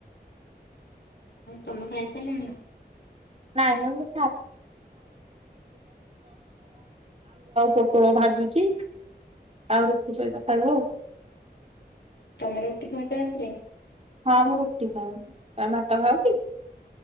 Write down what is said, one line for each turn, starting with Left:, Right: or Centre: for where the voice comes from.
Left: ତମେ ଖାଇ ସାର୍ଲଣି?
Right: <inaudible> ଆଳୁ ଆଉ ପୋଟଳ ଭାଜୁଚି, ଆଉ ରୁଟିି ସଇତ ଖାଇବ ଆଉ।
Left: ତମେ ରୁଟି ଖାଉଚ ରା--ରେ?
Right: ହଁ, ମୁଁ ରୁଟି ଖାଏ। ମେ ଭାତ ଖାଅ କି?